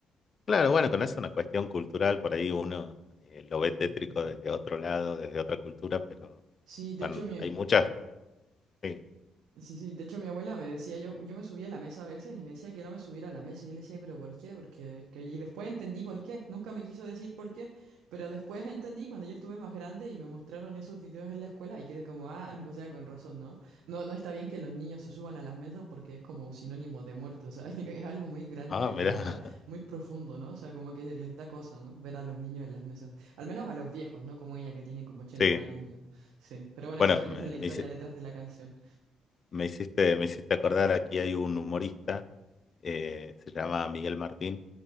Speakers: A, on the left; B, on the right.
A: Claro, bueno, con eso es una cuestión cultural, por ahí uno eh, lo ve
B: Sí,
A: tétrico
B: sí, sí.
A: desde otro lado, desde otra cultura, pero
B: Sí, de
A: cuando-
B: hecho mi,
A: hay muchas, sí.
B: Sí, sí, de hecho mi abuela me decía, yo, yo me subía a la mesa a veces y me decía que no me subiera a la mesa y yo le decía, pero ¿por qué? Porque que... y después entendí por qué, nunca me quiso decir por qué, pero después entendí cuando ya estuve más grande y me mostraron esos videos en la escuela y quedé como, ah, o sea, con razón, ¿no? No, no está bien que los niños se suban a las mesas porque es como sinónimo de muerto, o sea, <laughs> es algo muy grande,
A: Ah,
B: la
A: mirá,
B: verdad,
A: <laughs>
B: muy profundo, ¿no? O sea, como que les da cosa, ¿no? Ver a los niños en las mesas, al menos a los viejos, ¿no? Como ella que tiene como ochenta
A: sí.
B: años ya, sí, pero bueno,
A: Bueno,
B: esa, esa
A: me,
B: es la historia
A: me hici-
B: detrás de la canción.
A: me hiciste, me hiciste acordar, aquí hay un humorista eh, se llama Miguel Martín,